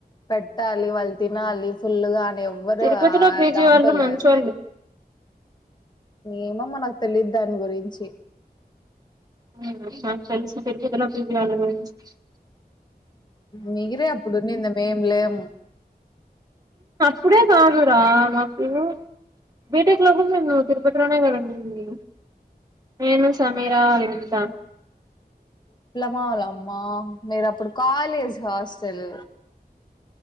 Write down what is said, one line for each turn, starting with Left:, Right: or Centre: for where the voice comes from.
Left: పెట్టాలి వాళ్ళు తినాలి ఫుల్గా అని ఎవ్వరు
Right: తిరుపతిలో
Left: ఆ
Right: పీజీ
Left: దాంతో
Right: వాళ్ళు మంచోళ్ళు
Left: లేరు ఏమో మనకి తెలిదు దాని గురించి
Right: మ్ నాకు తెలిసి తిరుపతి లో <unintelligible>
Left: మీకురే అప్పుడు ఉన్నింది మేమ్ లేము
Right: ఇప్పుడే కాదురా మాకు బేటెక్ లో కూడా మేం తిరుపతి త్రమే కదా ఉన్నింది నేను సమీరా వాళ్ళంతా
Left: మావలు అమ్మా మీరు అప్పుడు కాలేజ్ హాస్టల్